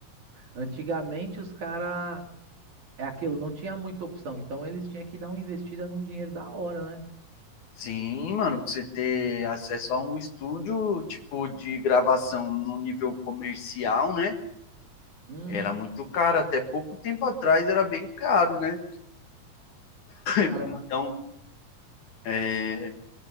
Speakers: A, on the right; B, on the left.
A: Antigamente os caras, é aquilo, não tinha muita opção, então eles tinham que dar uma investida num dinheiro da hora, né?
B: Sim, mano, pra você ter acesso a um estúdio, tipo, de gravação no nível comercial, né?
A: Hum,
B: Era muito caro, até pouco tempo atrás era bem caro, né?
A: caramba,
B: Então, é,